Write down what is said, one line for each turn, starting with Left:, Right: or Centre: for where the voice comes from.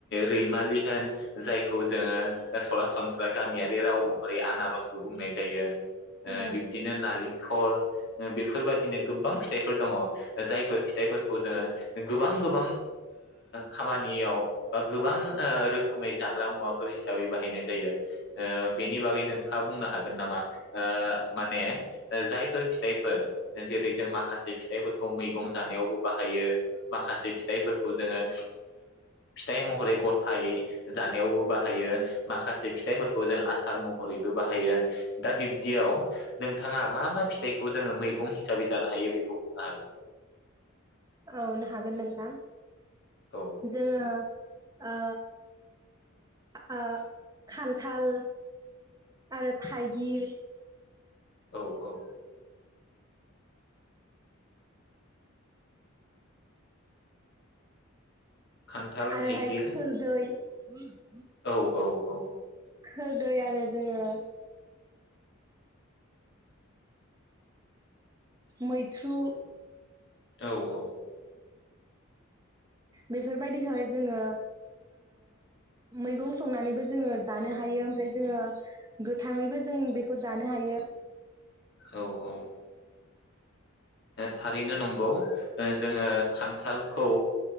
Left: रैमालि। होन जायखौ जोङो सरासनस्रा गामियारि राव महरै आनारसबो बुंनाय जायो।
Right: औ
Left: बिब्दिनो नालिं दैखर बेफोरबाददिनो गोबां फिथाइफोर दङ जायफोर फिथाइफोरखौ जोङो गोबां गोबां खामानियाव बा गोबां रोखोमै जाग्रा मुवाफोर हिसाबै बाहायनाय जायो। बेनि बागै नोंथाङा बुंनो हागोन नामा ओ माने जायफोर फिथाइफोर जेरै जों माखासे फिथाइफोरखौ मैगं जानायावबो बाहायो माखासे फिथाइफोरखौ जोङो फिथाइ महरै गथायै जानायावबो बाहायो माखासे फिथाइफोरखौ जों आसार महरैबो बाहायो दा बिब्दियाव नोंथां नोंथाङा मा मा फिथाइखौ जोङो मैगं हिसाबै जानो हायो बेखौ बुंनो हागोन?
Right: औ हागोन नोंथां।
Left: औ
Right: जोङो ओ ओ खान्थाल आरो थाइगिर।
Left: औ औ। खान्थाल
Right: आरोहाय
Left: थाइगिर
Right: खोरदै। <inaudible>
Left: औ औ औ।
Right: खोरदै आरो जोङो <inaudible> मैथ्रु।
Left: औ औ।
Right: बेफोरबायदिखौहाय जोङो मैगं संनानैबो जोङो जानो हायो ओमफ्राय जोङो गोथाङैबो जों बेखौ जानो हायो।
Left: औ औ। थारैनो नंगौ जोङो खान्थालखौ